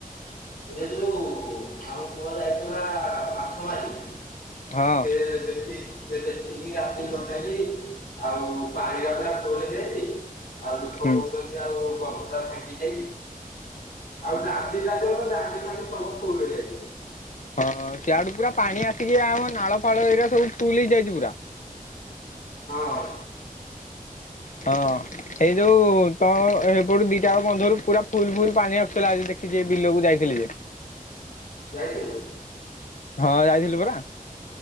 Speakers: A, on the left (about 75°); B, on the left (about 60°).
A: ଏ ଯୋଉ ଆମ ପୁଅ ଯାଇଥିଲା ମାଛ ମାରି।
B: ହଁ
A: ସେ ଦେଖିଚି। ଦେଖିକି ରାତି କଟେଇଲି ଆଉ ପାଳଆ ଫୁଲ ହେଇଯାଇଛି। ଆଉ ଲୋକ
B: ହୁଁ
A: କହୁଛନ୍ତି ଆଉ ଗବସା ଫାଙ୍ଗି ଯାଇଛି। <unintelligible> ଆ ତତେ ସବୁ କଉଛନ୍ତି। <unintelligible>
B: ହଁ ସିଆଡୁ ପୁରା ପାଣି ଆସିକି ଆ ନାଳ ଫାଳ ଏଇରା ସବୁ ଫୁଲ ହେଇଯାଇଛି ପୁରା।
A: ହଁ।
B: ହଁ ସେଇ ଯୋଉ ତ ସେପଟୁ ଦିଟା ଆଙ୍କ ବନ୍ଧରୁ ପୁରା ଫୁଲ ଫୁଲ ପାଣି ଆସୁଥିଲା ଆଜି। ଆଖିଛି ବିଲକୁ ଯାଇଥିଲି ଯେ।
A: ଯାଇଥିଲୁ।
B: ହଁ ଯାଇଥିଲି ପରା।